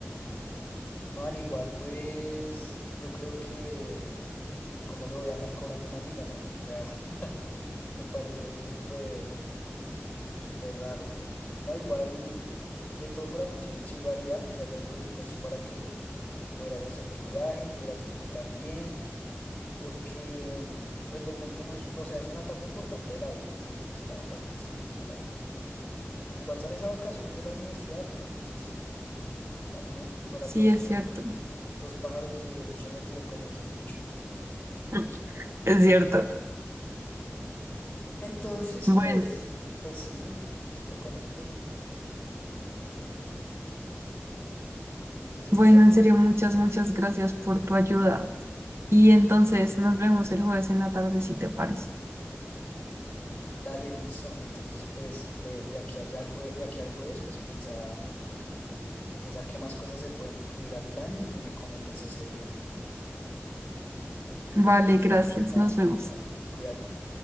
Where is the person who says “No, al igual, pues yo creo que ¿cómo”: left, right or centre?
Left